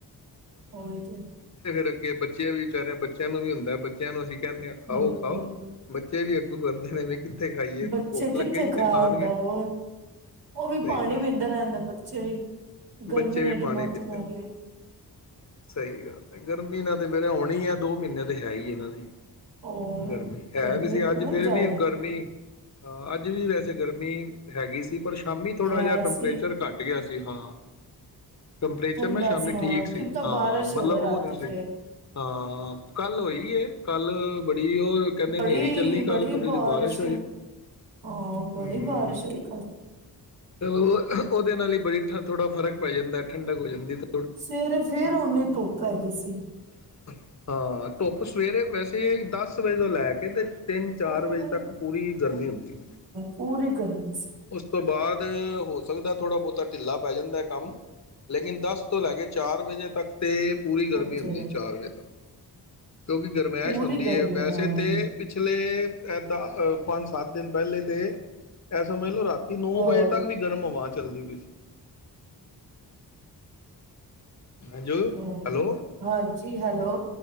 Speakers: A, on the right; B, on the left.
A: ਉਹੀ ਤੇ
B: ਲੱਗੇ ਬੱਚਿਆਂ ਵੀ ਵਿਚਾਰਿਆਂ ਬੱਚਿਆਂ ਨੂੰ ਵੀ ਹੁੰਦੈ ਬੱਚਿਆਂ ਨੂੰ ਅਸੀਂ ਕਹਿਨੇ ਆ ਖਾਓ-ਖਾਓ,
A: ਹਮ
B: ਬੱਚੇ ਵੀ ਅੱਗੋ ਕਰਦੇ ਨੇ ਵੀ ਕਿੱਥੇ ਖਾਈਏ,
A: ਬੱਚੇ
B: ਭੁੱਖ
A: ਕਿੱਥੇ
B: ਲੱਗੇਗੀ ਤੇ
A: ਖਾ
B: ਖਾਣਗੇ।
A: ਹੁੰਦਾ ਹੋਰ ਉਹ ਵੀ
B: ਸਹੀ
A: ਪਾਣੀ
B: ਗੱਲ
A: ਪੀਂਦੇ ਰਹਿੰਦੇ ਬੱਚੇ ਵੀ ਗਰਮੀ
B: ਬੱਚੇ
A: ਨੇ
B: ਵੀ
A: ਐਡੀ
B: ਪਾਣੀ
A: ਮੱਤ
B: ਪੀਂਦੇ
A: ਮਾਰੀ
B: ਨੇ,
A: ਹੋਈ ਹੈ।
B: ਸਹੀ ਗੱਲ ਹੈ। ਗਰਮੀ ਨਾਲ ਤੇ ਫੇਰ ਹੋਣਾ ਹੀ ਐ ਦੋ ਮਹੀਨੇ ਤੇ ਹੈ ਈ ਏ ਹੈਨਾ ਵਈ
A: ਔਰ
B: ਗਰਮੀ ਹੈ
A: ਗਰਮੀ
B: ਵੀ ਸੀ
A: ਬਹੁਤ
B: ਅੱਜ ਫੇਿਰ
A: ਜ਼ਿਆਦਾ
B: ਵੀ ਗਰਮੀ ਹ ਅੱਜ ਵੀ ਵੈਸੇ ਗਰਮੀ ਹੈਗੀ ਸੀ ਪਰ ਸ਼ਾਮੀ ਥੋੜ੍ਹਾ
A: ਹੈ
B: ਜਿਹਾ ਟੈਂਪਰੇਚਰੱਟ
A: ਸੀ
B: ਗਿਆ ਸੀ ਹਾਂ ਟੈਂਪਰੇਚਰ
A: ਠੰਡਾ
B: ਨਾੈਂ ਸ਼ਾਮੀ
A: ਹਾਂ
B: ਠੀਕ ਸੀ
A: ਕਿ ਤਾਂ
B: ਹਾਂ
A: ਬਾਰਿਸ਼
B: ਮਤਲਬ
A: ਹੋਵੇ ਰਾਤੀ
B: ਉਹ ਨਹੀਂੀ ਸੀ
A: ਫੇਰ
B: ਹਾਂ ਕੱਲ ਹੋਈ ਕੱਲ ਬੜੀ ਉਹ ਕਹਿੰਦੇ
A: ਬੜੀ
B: ਹਨੇਰੀ ਚੱਲੀ ਕੱਲ
A: ਬੜੀ
B: ਥੋੜ੍ਹੀ
A: ਬਾਰਿਸ਼
B: ਜਿਹੀ ਹੋਈ
A: ਹਾਂ ਬੜੀ
B: ਹਮ
A: ਬਾਰਿਸ਼ ਹੋਈ ਕ
B: ਚਲੋ ਉਹਦੇ ਨਾਲ ਹੀ ਬੜੀ ਥੋੜਾ ਫ਼ਰਕ ਪੈ ਜਾਂਦਾ ਠੰਡਕ ਹੋ ਜਾਂਦੀ ਤੇ
A: ਸਵੇਰੇ ਫੇਰ ਓਨੀ ਧੁੱਪ ਪੈ ਗਈ ਸੀ
B: ਹਾਂ ਧੁੱਪ ਸਵੇਰੇ ਵੈਸੇ ਦਸ ਵਜੇ ਤੋਂ ਲੈ ਕੇ ਤੇ ਤਿੰਨ ਚਾਰ
A: ਹਮ
B: ਵਜੇ ਤੱਕ ਪੂਰੀ ਗਰਮੀ ਹੁੰਦੀ
A: ਪੂਰੀ ਗਰਮੀ ਸੀ
B: ਉਸ ਤੋਂ ਬਾਅਦ ਹੋ ਸਕਦਾ ਥੋੜਾ ਬਹੁਤਾ ਢਿੱਲਾ ਪੈ ਜਾਂਦਾ ਕੰਮ ਲੇਕਿਨ ਦਸ ਤੋਂ ਲੈ ਕੇ ਚਾਰ ਵਜੇ ਤੱਕ ਤੇ ਪੂਰੀ ਗਰਮੀ
A: ਉਹ ਤੇ
B: ਹੁੰਦੀ
A: ਹੈ
B: ਚਾਰ ਵਜੇ ਤੱਕ ਕਿਉਂਕਿ ਗਰਮੈਸ਼
A: ਪੂਰੀ
B: ਹੁੰਦੀ
A: ਗਰਮੀ
B: ਹੈ ਵੈਸੇ
A: ਹਾਂ
B: ਤਾਂ ਪਿਛਲੇ ਇਦਾਂ ਪੰਜ ਸੱਤ ਦਿਨ ਪਹਿਲੇ ਤੇ ਇਹ ਸਮਝ ਲਓ ਰਾਤ ਨੌ
A: ਔਰ
B: ਵਜੇ ਵੀ ਗਰਮ ਹਵਾ ਚੱਲਦੀ ਪਈ ਸੀ ਹਾਂਜੀ
A: ਹਮ
B: ਹੈਲੋ
A: ਹਾਂਜੀ ਹੈਲੋ